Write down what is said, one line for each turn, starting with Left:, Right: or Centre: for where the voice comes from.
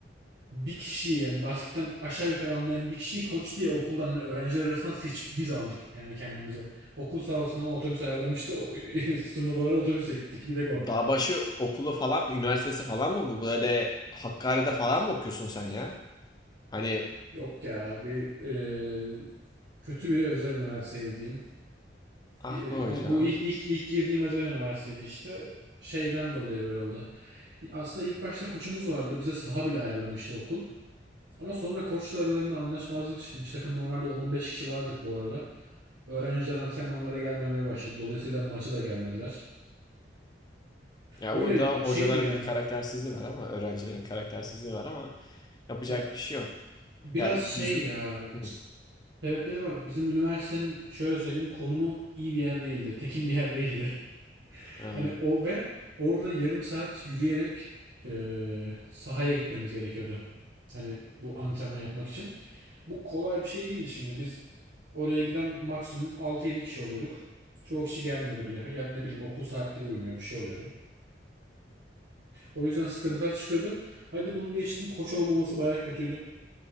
Right: bir kişiyi yani basketten aşağı yukarı anlayan bir kişiyi koç diye okuldan hani öğrenciler arasından seçip biz aldık yani kendimize. Okul sağ olsun ama otobüs ayarlamıştı. O- <laughs> Turnuvalara otobüse gittik. Bir tek o.
Left: Dağbaşı okulu falan, üniversitesi falan mı bu? Böyle Hakkari'de falan mı okuyorsun sen ya? Hani
Right: Yok ya bir e, kötü bir özel üniversiteydi diyeyim.
Left: ah
Right: E,
Left: be hocam.
Right: Bu ilk, ilk, ilk girdiğim özel üniversiteydi işte. Şeyden dolayı böyle oldu. Aslında ilk başta koçumuz vardı. Bize saha bile ayarlamıştı okul. Ama sonra koçla aralarında anlaşmazlık çıkmış. Takım normalde 10-15 kişi vardık bu arada. Öğrenciler antrenmanlara gelmemeye başladı. Dolayısıyla maçı da gelmediler.
Left: Ya
Right: Öyle
Left: burada hocaların
Right: şeydi yani.
Left: bir karaktersizliği var ama öğrencilerin karaktersizliği var ama yapacak
Right: Ya
Left: bir şey yok.
Right: biraz
Left: Ya
Right: şey
Left: yüz...
Right: ya
Left: Hı,
Right: sebepleri var. Bizim üniversitenin şöyle söyleyeyim konumu iyi bir yer değildi. Tekin bir yer değildi. <laughs>
Left: ha.
Right: Hani o ve orada yarım saat yürüyerek eee, sahaya gitmemiz gerekiyordu. Hani bu antrenman yapmak için. bu kolay bir şey değildi şimdi. Biz oraya giden maksimum altı yedi kişi oluyorduk. Çoğu kişi gelmiyordu bile. Yani ne bileyim okul saatleri uymuyor bir şey oluyordu. O yüzden sıkıntılar çıkıyordu. Hadi bunu geçtim. Koç olmaması bayağı kötüydü.